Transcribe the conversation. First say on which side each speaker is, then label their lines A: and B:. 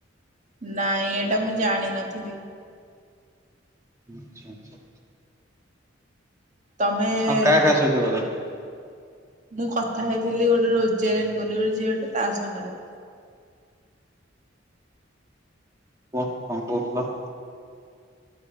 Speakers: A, on the right (about 40°); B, on the right (about 15°).
A: ନାଇଁ ଏଟା ମୁଁ ଜାଣିନଥିଲି।
B: ଆଚ୍ଛା, ଆଚ୍ଛା।
A: ତୋମେ
B: ଆଉ
A: ର
B: <unintelligible>
A: ମୁଁ କଥା ହେଇଥିଲି ଗୋଟେ ରୋଜାରିନ୍ ବୋଲି ଗୋଟେ ଝିଅଟେ ତା ସାଙ୍ଗରେ।
B: କୁହ କଣ କହୁଥୁଲ?